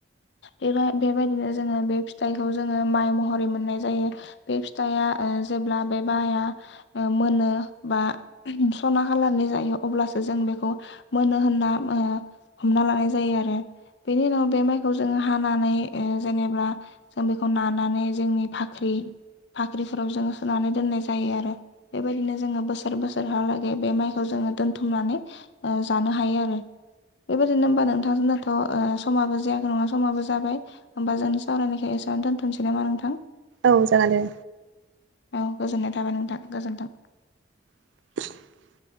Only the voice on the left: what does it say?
बेबा-बेबायदिनो जोङो बे फिथाइखौ जोङो माइ महरै मोननाय जायो। बे फिथाइआ ओ जेब्ला बे बाया ओ मोनो बा सना खालारनि जायो अब्लासो जों बेखौ मोनो होनना ओ हमना लानाय जायो आरो। बेनि उनाव बे माइ खौ जोङो हानानै ओ जेनेबा जों बेखौ नानानै जोंनि बाख्रि बाख्रिफोराव जोङो सोनानै दोननाय जायो आरो। बेबायदिनो जोङो बोसोर बोसोरहालागै बे माइखौ जोङो दोनथुमनानै ओ जानो हायो आरो। बेबायदिनो होमबा नोंथां जोंनाथ' ओ समाबो जा समाबो जाबाय। होमबा जोंनि सावराय नायखौ एसेयावनो दोन्थ'नोसै नामा नोंथां?
औ गोजोननाय थाबाय नोंथां, गोजोन्थों।